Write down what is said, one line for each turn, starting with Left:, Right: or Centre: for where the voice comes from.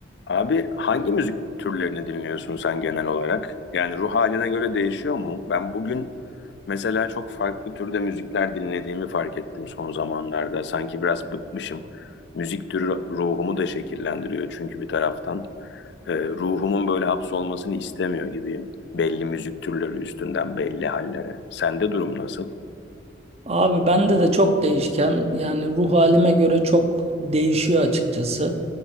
Left: Abi hangi müzik türlerini dinliyorsun sen genel olarak? Yani ruh haline göre değişiyor mu? Ben bugün mesela çok farklı türde müzikler dinlediğimi fark ettim son zamanlarda. Sanki biraz bıkmışım. Müzik türü ruhumu da şekillendiriyor çünkü bir taraftan. Ee, ruhumun böyle hapsolmasını istemiyor gibiyim. Belli müzik türleri üstünden belli hallere. Sende durum nasıl?
Right: Abi bende de çok değişken yani ruh halime göre çok değişiyor açıkçası.